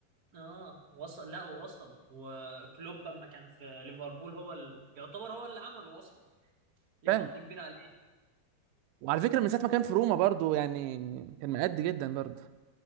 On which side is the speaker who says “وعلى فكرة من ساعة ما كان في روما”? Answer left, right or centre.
Right